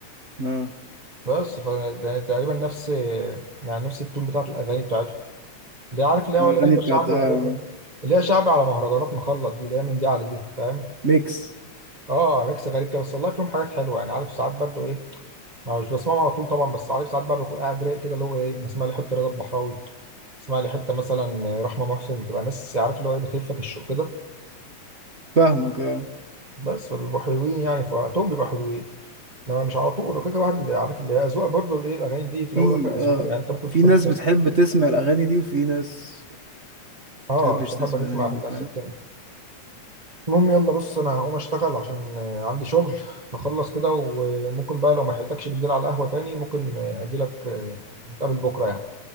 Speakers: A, on the right; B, on the right.
A: اه
B: بس ف ده تقريبا نفس يعني نفس التون بتاعت الاغاني بتاعتهم اللي عارف اللي هي
A: الاغاني
B: ولا جايبه
A: بتاعت
B: شعبي
A: آه،
B: ولا جايبه اللي هي شعبي على مهرجانات مخلط دي اللي هي من دي على دي فاهم
A: ميكس
B: اه ميكس غريب كده بس والله فيهم حاجات حلوه يعني عارف ساعات برضو ايه ما مش بسمعهم على طول طبعا بس عارف ساعات بقى بكون قاعد رايق كده اللي هو ايه اسمع لي حته رضا البحراوي اسمع لي حته مثلا رحمه محسن بتبقى ناس عارف اللي هو ايه بتهفك الشوق كده
A: فاهمك اه
B: بس فبيبقوا حلوين يعني في وقتهم بيبقوا حلوين انما مش على طول وكده واحد اللي عارف اللي هي اذواق برضه اللي ايه الاغاني دي في الاول
A: في
B: والاخر اذواق
A: اه
B: يعني انت ممكن
A: في
B: تكون
A: ناس بتحب تسمع الاغاني دي وفي ناس
B: اه
A: تحبش
B: تحب
A: تسمع الأغاني
B: تسمع
A: دي
B: الناس
A: فاهم
B: التانية المهم يلا بص انا هقوم اشتغل عشان آه، عندي شغل هخلص كده وممكن بقى لو ما لحقتكش بالليل على القهوه تاني ممكن آه، اجي لك آه، نتقابل بكره يعني